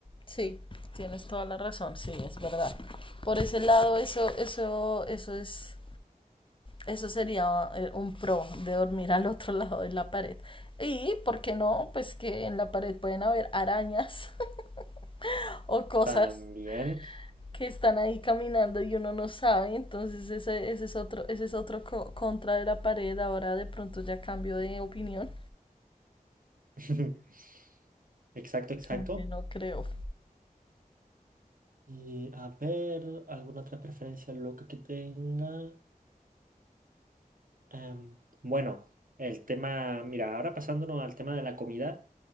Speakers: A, on the left (about 35°); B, on the right (about 70°).
A: Sí, tienes toda la razón, sí, es verdad. Por ese lado, eso, eso, eso es, eso sería eh, un pro de dormir al otro <laughs> lado de la pared. Y, ¿por qué no? Pues que en la pared pueden haber arañas <laughs> o cosas
B: También,
A: que están ahí caminando y uno no sabe, entonces ese, ese es otro, ese es otro co- contra de la pared, ahora de pronto ya cambio de opinión,
B: <laughs> exacto, exacto.
A: aunque no creo.
B: Y a ver, ¿alguna otra preferencia loca que tenga? Em, bueno, el tema, mira, ahora pasándonos al tema de la comida,